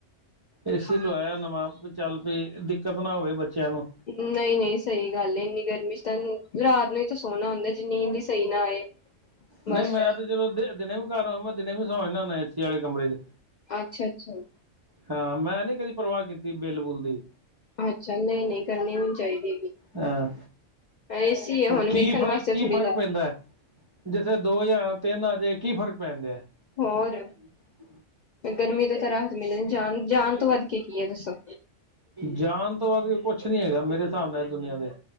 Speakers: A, on the right; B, on the left.
A: ਏਸੀ ਲਵਾਇਆ ਨਵਾਂ ਵੀ ਚੱਲ ਵੀ ਦਿੱਕਤ ਨਾ ਹੋਵੇ ਬੱਚਿਆਂ ਨੂੰ
B: ਨਹੀਂ ਨਹੀਂ ਸਹੀ ਗੱਲ ਏ ਇੰਨੀ ਗਰਮੀ ਚ ਤਾਂ ਰਾਤ ਨੂੰ ਹੀ ਤਾਂ ਸੋਹਣਾ ਹੁੰਦਾ ਜੇ ਨੀਂਦ ਹੀ ਸਹੀ ਨਾ ਆਏ ਬਸ
A: ਨਹੀਂ ਮੈਂ ਤੇ ਜਦੋ ਦੇ ਦਿਨੇ ਵੀ ਘਰ ਆ ਮੈਂ ਦਿਨੇ ਵੀ ਸੌ ਜਾਣਾ ਹੁਣਾ ਏਸੀ ਵਾਲੇ ਕਮਰੇ ਚ
B: ਅੱਛਾ ਅੱਛਾ
A: ਹਾਂ ਮੈਂ ਨੀ ਕਦੀ ਪਰਵਾਹ ਕੀਤੀ ਬੇਲਬੁਲ ਦੀ
B: ਅੱਛਾ ਨਹੀਂ ਨਹੀਂ ਕਰਨੀ ਹੋਣੀ ਚਾਹੀਦੀ ਹੈਗੀ
A: ਹਾਂ
B: ਏਸੀ ਹੈ ਹੁਣ
A: ਕੀ
B: ਵੇਖਣ
A: ਫਰ
B: ਵਾਸਤੇ ਥੋੜ੍ਹੀ
A: ਫਰਕ ਫ਼ਰਕ
B: ਲ
A: ਪੈਂਦਾ ਹੈ ਜਿੱਥੇ ਦੋ ਜਾਂ ਤਿੰਨ ਆਜੇ ਕੀ ਫ਼ਰਕ ਪੈਂਦੇ ਹੈ
B: ਹੋਰ
A: <inaudible>
B: ਗਰਮੀ ਤੋਂ ਤਾਂ ਰਾਹਤ ਮਿਲਣੀ ਜਾਨ ਜਾਾਨ ਤੋਂ ਵੱਧ ਕੇ ਕੀ ਹੈ ਦੱਸੋ
A: ਜਾਣ ਤੋਂ ਬਾਅਦ ਕੁਛ ਨੀ ਹੈਗਾ ਮੇਰੇ ਹਿਸਾਬ ਨਾਲ ਦੁਨੀਆਂ ਦੇ